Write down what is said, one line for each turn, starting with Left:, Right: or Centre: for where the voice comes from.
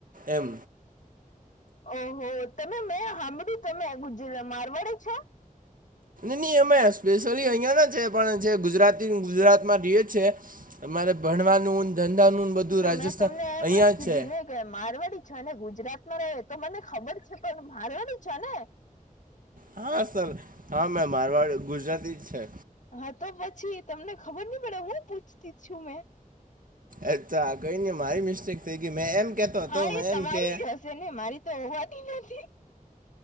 Right: એમ
Left: ઓહો તમે મેં હામળું તમે મારવાડી છો?
Right: નહી અમે સ્પેશિયલી અહિયાં ના છે પણ જે ગુજરાતી ગુજરાત માં રી એ છે. અમારે ભણવાનું ધંધાનું બધું
Left: તો
Right: રાજસ્થાન
Left: મેં તમને એમ
Right: અહીંયા
Left: જ કીધું
Right: છે
Left: ને મારવાડી છો ને ગુજરાત માં રહે તો મને ખબર છે પણ મારવાડી છો ને?
Right: હા સર હા મેં મારવાડી ગુજરાતી જ છે.
Left: હા તો પછી તમને ખબર નહી પડે હું પૂછતી છું મેં
Right: અચ્છા કઈ નને મારી મિસ્ટેક થઈ ગઈ મેં એમ કેતો હતો
Left: હા
Right: મેં
Left: એ
Right: એમ
Left: તમારી
Right: કે
Left: જ ને મારી તો હોવાતી નથી.